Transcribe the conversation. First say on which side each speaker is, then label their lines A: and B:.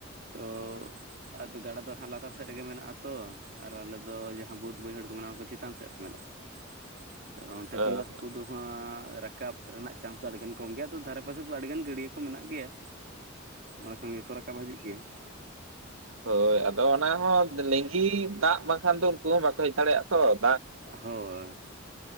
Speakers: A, on the right; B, on the right.
A: ᱛᱚ ᱟᱫᱚ ᱜᱟᱰᱟ ᱫᱚ ᱦᱟᱸᱜ ᱞᱟᱛᱟᱨ ᱥᱮᱫ ᱨᱮᱜᱮ ᱢᱮᱱᱟᱜ ᱟᱛᱚ ᱟᱨ ᱟᱞᱮ ᱫᱚ ᱡᱟᱸᱦᱟᱸ ᱵᱟᱹᱫᱽ ᱵᱟᱹᱭᱦᱟᱹᱲ ᱠᱚ ᱢᱮᱱᱟᱜᱼᱟ ᱚᱱᱟᱠᱚ ᱪᱮᱛᱟᱱ ᱥᱮᱫ ᱨᱮ ᱢᱮᱱᱟᱜᱼᱟ ᱛᱚ ᱚᱱᱛᱮ
B: ᱚ
A: ᱠᱷᱚᱱ ᱫᱚ ᱦᱟᱹᱠᱩ ᱫᱚᱸ ᱦᱟᱸᱜ ᱨᱟᱠᱟᱵ ᱨᱮᱱᱟᱜ ᱪᱟᱱᱥ ᱫᱚ ᱟᱹᱰᱤᱜᱟᱱ ᱠᱚᱢ ᱜᱮᱭᱟ ᱟᱫᱚ ᱫᱷᱟᱨᱮ ᱯᱟᱥᱮ ᱟᱹᱰᱤᱜᱟᱱ ᱜᱟᱹᱰᱤᱭᱟᱹ ᱠᱚ ᱢᱮᱱᱟᱜ ᱜᱮᱭᱟ
B: <inaudible>
A: ᱚᱸᱱᱰᱮ ᱠᱷᱚᱱ ᱜᱮᱠᱚ ᱨᱟᱠᱟᱵ ᱦᱤᱡᱩᱜ ᱜᱮᱭᱟ ᱾
B: ᱦᱳᱭ ᱟᱫᱚ ᱚᱱᱟ ᱦᱚᱸ ᱞᱤᱸᱜᱤ ᱫᱟᱜ ᱵᱟᱝᱠᱷᱟᱱ ᱫᱚ ᱩᱱᱠᱩ ᱦᱚᱸ ᱵᱟᱠᱚ ᱦᱮᱡ ᱫᱟᱲᱮᱭᱟᱜᱼᱟ ᱛᱚ ᱾
A: ᱦᱳᱭ